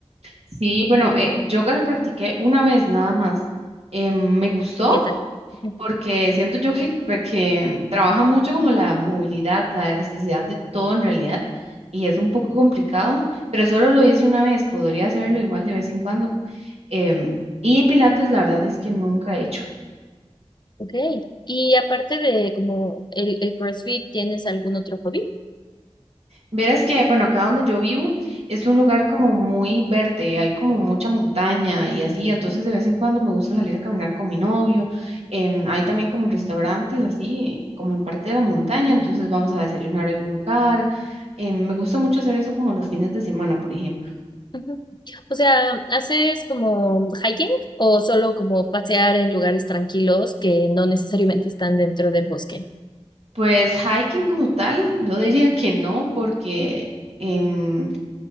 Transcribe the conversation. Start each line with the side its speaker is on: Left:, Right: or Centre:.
Right: Sí, bueno,
Left: Sí.
Right: eh, yoga lo practiqué una vez nada más. Eh, me gustó
Left: ¿Qué tal? Ujú.
Right: porque siento yo que, que- que trabaja mucho como la movilidad, la elasticidad de todo en realidad y es un poco complicado, pero solo lo hice una vez, podría hacerlo igual de vez en cuando. Em, y Pilates, la verdad es que nunca he hecho.
Left: Ok. Y aparte de como el, el CrossFit, ¿tienes algún otro hobby?
Right: Verás que, bueno, acá donde yo vivo es un lugar como muy verde, hay como mucha montaña y así, entonces
Left: Ujú.
Right: de vez en cuando me gusta salir a caminar con mi novio, em, hay también como restaurantes así, como en parte de la montaña, entonces vamos a desayunar a algún lugar, em, me gusta mucho hacer eso como los fines de semana, por ejemplo.
Left: Ujú. O sea, ¿haces como hiking o solo como pasear en lugares tranquilos que no necesariamente están dentro del bosque?
Right: Pues hiking como tal, yo diría que no, porque... em,